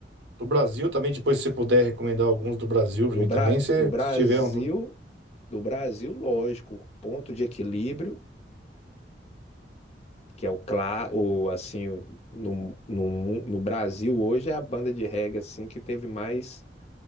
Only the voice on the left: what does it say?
Do,
Bra...
do Brasil,
do Brasil, lógico, Ponto de Equilíbrio, que é o claro, o, assim, no, no, mu- no Brasil hoje é a banda de reggae assim que teve mais